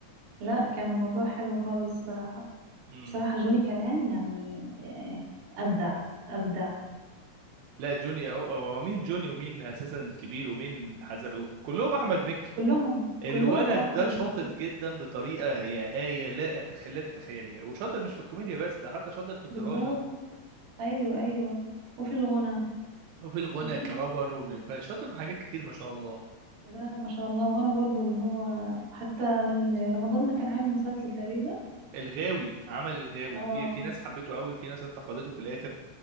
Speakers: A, on the right; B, on the right.
A: لا كان الموضوع حلو خالص الصراحة
B: امم
A: بصراحة جوني كمان يعني آه، أبدع أبدع
B: لا جوني أو... هو مين جوني ومين اساسا الكبير ومين حزلقوم كلهم احمد مكي
A: كلهم
B: الولد
A: كلهم اه أحمد
B: ده شاطر
A: مكي
B: جدا بطريقه يا آية لا أتخ... لا تتخيليها وشاطر مش في الكوميديا بس ده حتى شاطر في الدراما
A: بالظبط أيوه أيوه وفي الغنى
B: وفي الغنى
A: في كل
B: كرابر
A: حاجة.
B: وشاطر في حاجات كتير ما شاء الله
A: لا ما شاء الله وأنا برضو اللي هو حتى ال- رمضان ده كان عامل مسلسل تقريبا
B: الغاوي عمل الغاوي
A: اه
B: في في ناس حبته قوي في ناس انتقدته في الاخر